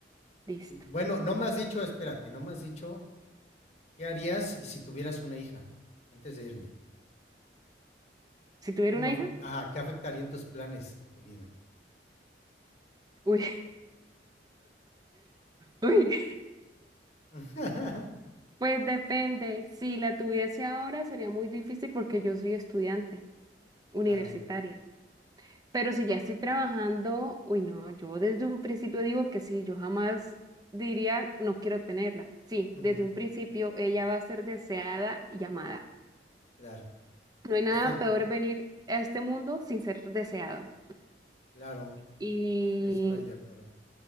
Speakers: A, on the right; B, on the left.
A: Listo.
B: Y Bueno, no me has dicho, espérate, no me has dicho, ¿qué harías si tuvieras una hija antes de irme?
A: Si tuviera
B: ¿Cómo,
A: una
B: af-
A: hija,
B: ajá, qué afectarían tus planes de vida?
A: uy, <laughs> uy.
B: <laughs>
A: Pues depende, si la tuviese ahora sería muy difícil porque yo soy estudiante universitaria,
B: Claro,
A: pero si ya estoy trabajando, uy no, yo desde un principio digo que sí, yo jamás diría no quiero tenerla. Sí,
B: ujú,
A: desde un principio ella va a ser deseada y amada.
B: claro.
A: No hay nada
B: Pues te-
A: peor venir a este mundo sin ser deseado.
B: claro,
A: Y
B: sí, estoy de acuerdo.